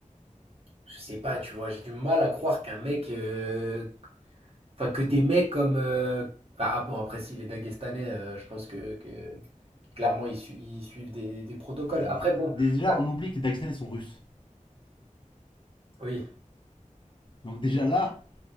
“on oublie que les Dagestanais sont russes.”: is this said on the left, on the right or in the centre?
Left